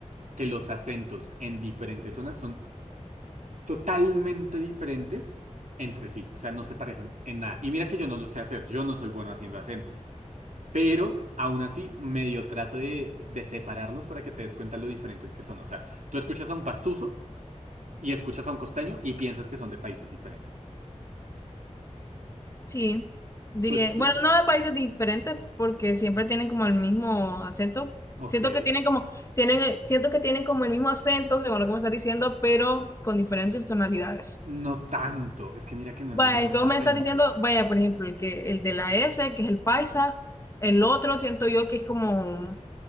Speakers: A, on the right; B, on the left.
A: que los acentos en diferentes zonas son totalmente diferentes entre sí, o sea, no se parecen en nada. Y mira que yo no lo sé hacer, yo no soy bueno haciendo acentos. Pero aún así, medio trato de, de separarlos para que te des cuenta lo diferentes que son. O sea, tú escuchas a un pastuso y escuchas a un costeño y piensas que son de países diferentes.
B: Sí, diría,
A: Tú, tú-
B: bueno, no de países diferentes porque siempre tienen como el mismo acento.
A: ok.
B: Siento que tienen como, tienen, eh, siento que tienen como el mismo acento, según lo que me estás diciendo, pero con diferentes tonalidades.
A: No tanto. Es que mira que no es
B: Vaya,
A: el mismo
B: es que vos
A: acento.
B: me estás diciendo, vaya, por ejemplo, el que, el de la S, que es el paisa, el otro siento yo que es como,